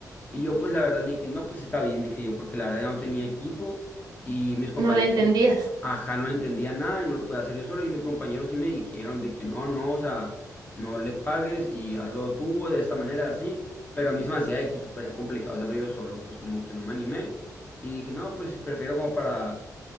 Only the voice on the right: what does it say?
no le entendías.